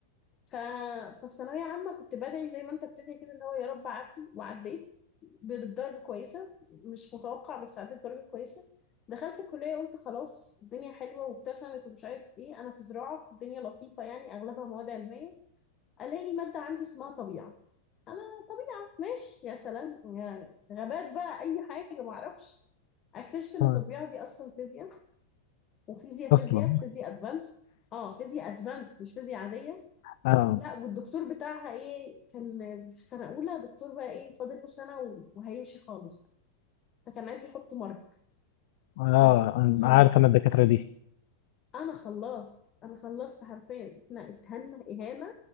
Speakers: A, on the left; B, on the left.
A: ف... ففي ثانوية عامة كنت بدعي زي ما انت بتدعي كده اللي هو يا رب عدي وعديت بدرجة كويسة مش متوقع بس عديت بدرجة كويسة دخلت الكلية قلت خلاص الدنيا حلوة وابتسمت ومش عارف ايه انا في زراعة الدنيا لطيفة يعني اغلبها مواد علمية الاقي مادة عندي اسمها طبيعة انا طبيعة ماشي يا سلام يعني غابات بقى اي حاجة معرفش اكتشف ان
B: آه
A: الطبيعة دي اصلا فيزياء وفيزياء
B: اصلا
A: فيزياء فيزياء ادفانسد اه فيزياء ادفانسد مش فيزياء عادية
B: اه
A: لا والدكتور بتاعها ايه كان في سنة أولى دكتور بقى ايه فاضل له سنة و- وهيمشي خالص بقى فكان عايز يحط مرك
B: اه
A: بس
B: أنا
A: أنا خلصت
B: عارف انا الدكاتره دي
A: أنا خلصت أنا خلصت حرفيا احنا اتهنا إهانة